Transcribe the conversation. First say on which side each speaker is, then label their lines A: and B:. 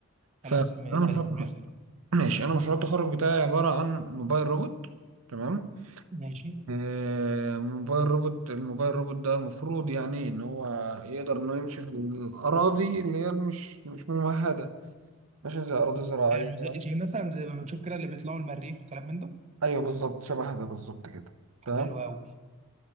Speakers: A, on the right (about 70°); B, on the right (about 30°).
A: فانا
B: كلام سليم سليم
A: مشروع التخرج-
B: يا خالد.
A: ماشي انا مشروع التخرج بتاعي عباره عن موبايل روبوت تمام
B: ماشي
A: آه، موبايل روبوت الموبايل روبوت ده المفروض يعني ان هو يقدر انه يمشي في الاراضي اللي هي مش مش ممهده ماشي زي اراضي زراعيه
B: يعني زي زي مثلا زي ما بنشوف كده اللي بيطلعوا المريخ وكلام من ده
A: ايوه بالظبط شبه ده بالظبط كده تمام
B: حلو قوي